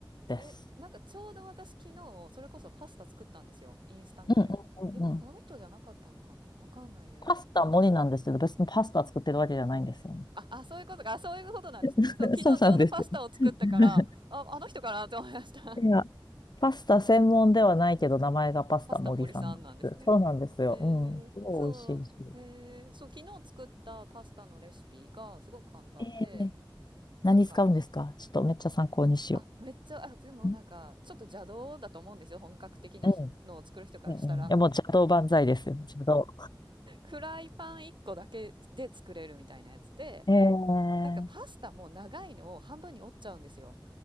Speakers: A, on the left; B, on the right.
A: です。
B: え、なんかちょうど私昨日、それこそパスタ作ったんですよ、インスタ見て。
A: うんうんうんうん。
B: でもこの人じゃなかったのかな、わかんないです。
A: パスタもりなんですけど、別にパスタ作ってるわけじゃないんですよね。
B: あ、あ、そういうことか。あ、そういうことなんですね。
A: <laughs>
B: そう、昨日ちょうどパスタを作ったから、
A: そうなんです。<laughs>
B: あ、あの人かなとて思いました。
A: いや、パスタ専門ではないけど、名前がパスタ森さんなんです。
B: <laughs> パスタ森さんなんですね。
A: そうなんですよ。
B: へえ、
A: うん。すごい美味しいし。
B: そう。で、そう、昨日作ったパスタのレシピがすごく簡単で、
A: ええ何使うんですかちょっとめっちゃ参考にしよ
B: なんか、あ、めっちゃ、あ、でもなんか、
A: う。ん
B: ちょっと邪道だと思うんですよ。本格的なひのを作る人からしたら。
A: うん。うんうん。いや、もう邪道万歳ですよ。邪道。
B: フライパン1個だけで作れるみたいなやつで、
A: ええ
B: なんかパスタも長いのを半分に折っちゃうんですよ。